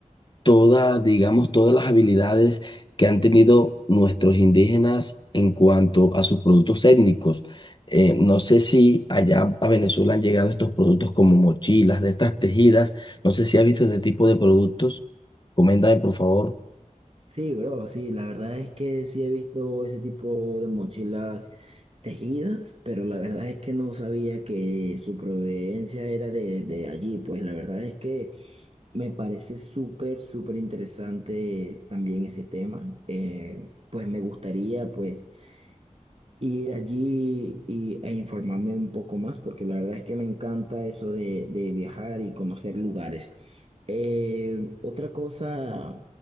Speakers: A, on the left; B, on the right.
A: todas, digamos, todas las habilidades que han tenido nuestros indígenas en cuanto a sus productos étnicos. Eh, no sé si allá a Venezuela han llegado estos productos como mochilas, de estas tejidas. No sé si has visto este tipo de productos. Coméntame, por favor.
B: Sí, bro, sí, la verdad es que sí he visto ese tipo de mochilas tejidas, pero la verdad es que no sabía que su proveniencia era de, de allí, pues la verdad es que me parece súper, súper interesante también ese tema. Eh, pues me gustaría, pues ir allí y, e informarme un poco más, porque la verdad es que me encanta eso de, de viajar y conocer lugares. Eh, otra cosa